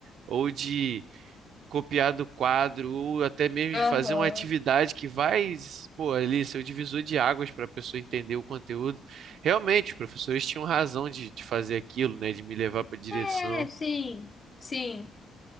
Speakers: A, on the right; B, on the left.
A: ou de copiar do quadro, ou até mesmo
B: Aham.
A: de fazer uma atividade que vai, pô, ali ser o divisor de águas para a pessoa entender o conteúdo. Realmente, os professores tinham razão de, de fazer aquilo, né? De me levar para direção.
B: É, sim, sim.